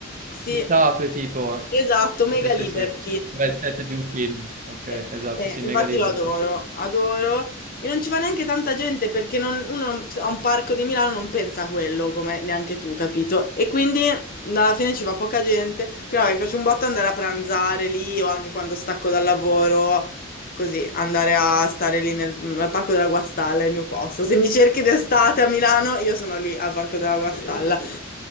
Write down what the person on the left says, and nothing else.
Sì,
esatto, mega
liberty.
Eh,
eh,
infatti
lo adoro, adoro. E non ci va neanche tanta gente perché non- uno non- a un parco di Milano non pensa a quello, come neanche tu, capito? E quindi alla fine ci va poca gente. Però mi piace un botto andare a pranzare lì o anche quando stacco dal lavoro, così, andare a stare lì nel, al Parco della Guastalla, è il mio posto. Se mi cerchi d'estate a Milano, io sono lì al Parco della Guastalla.